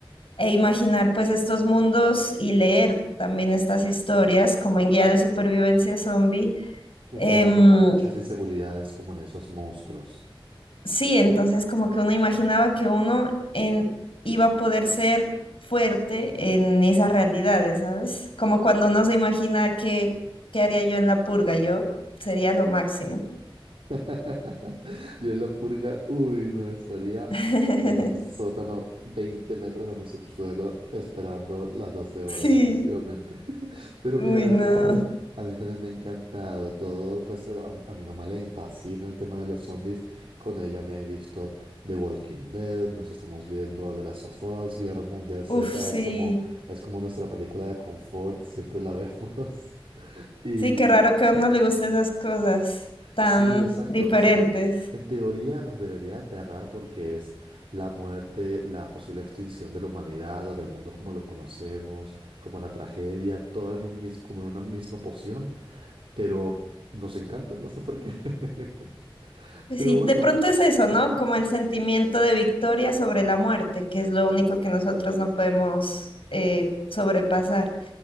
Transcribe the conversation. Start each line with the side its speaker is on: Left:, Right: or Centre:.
Left: e imaginar pues estos mundos y leer también estas historias como en guía de supervivencia zombie.
Right: Refleja
Left: em,
Right: como muchas inseguridades como en esos monstruos.
Left: Sí, entonces como que uno imaginaba que uno en, iba a poder ser fuerte en esas realidades, ¿sabes? Como cuando uno se imagina que, qué haría yo en la purga, yo sería lo máximo.
Right: <laughs> Yo en la purga, uy, no estaría
Left: <laughs>
Right: en un sótano 20 metros en el subsuelo esperando las doce horas,
Left: Sí,
Right: definitivamente. <laughs> Pero
Left: uy,
Right: mira, los
Left: no.
Right: zombies, a mí también me ha encantado todo, pues a, a mi mamá le fascina el tema de los zombies, con ella me he visto The Walking Dead, nos estamos viendo The Last of Us, Guerra Mundial Z,
Left: Uf, sí.
Right: es como, es como nuestra película de confort, siempre la vemos. <laughs> Y
Left: Sí, qué raro que a uno le guste esas cosas tan
Right: Sí, exacto.
Left: diferentes.
Right: O sea, en teoría nos debería aterrar porque es la muerte, la posible extinción de la humanidad o del mundo como lo conocemos, como la tragedia, todo en un mis- como en una misma poción, pero nos encanta, no sé por qué. <laughs>
Left: Pues
Right: Pero
Left: sí,
Right: bueno,
Left: de pronto es eso, ¿no? Como el sentimiento de victoria sobre la muerte, que es lo único que nosotros no podemos eh, sobrepasar.